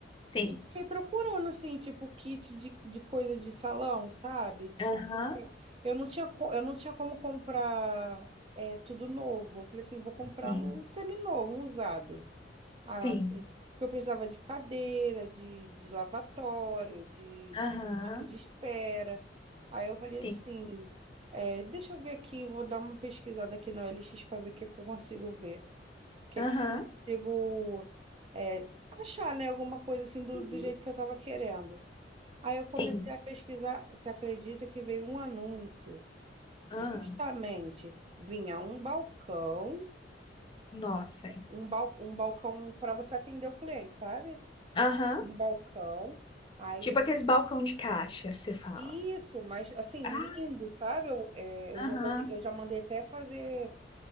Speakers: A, on the left (about 30°); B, on the right (about 35°).
A: sim.
B: E fiquei procurando, assim, tipo, kit de, de coisa de salão, sabe? Se-
A: Aham,
B: Porque eu não tinha, co- eu não tinha como comprar é, tudo novo. Eu falei assim, vou comprar
A: sim.
B: um seminovo, um usado. Ah,
A: Sim.
B: assim, porque eu precisava de cadeira, de, de lavatório, de,
A: Aham,
B: de banco de espera. Aí eu falei assim,
A: sim.
B: é, deixa eu ver aqui, vou dar uma pesquisada aqui no LX para ver o que é que eu consigo ver que
A: Aham,
B: que eu consigo é, achar, né, alguma coisa assim do,
A: sim.
B: do jeito que eu estava querendo. Aí eu comecei
A: Sim.
B: a pesquisar, você acredita que veio um anúncio?
A: Ah.
B: Justamente, vinha um balcão,
A: nossa.
B: um, bal, um balcão para você atender o cliente, sabe?
A: Aham.
B: Um balcão. Aí,
A: Tipo aqueles balcão de caixa, você fala.
B: isso, mas assim,
A: Ah,
B: lindo, sabe? Eu, é, eu
A: aham.
B: já botei, eu já mandei até fazer